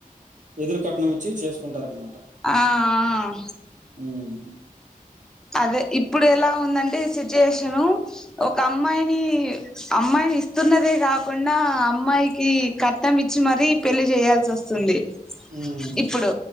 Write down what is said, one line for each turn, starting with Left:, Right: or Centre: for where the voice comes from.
Right: ఎదురు కట్నం ఇచ్చి చేసుకుంటారనమాట
Centre: ఆ ఆ
Right: ఉమ్
Centre: అదే ఇప్పుడు ఎలా ఉందంటే సిచ్యుయేషను ఒక అమ్మాయిని అమ్మాయిని ఇస్తున్నదే కాకుండా అమ్మాయికి కట్నం ఇచ్చి మరీ పెళ్లి చేయాల్సి వస్తుంది
Right: హ్మ్.
Centre: ఇప్పుడు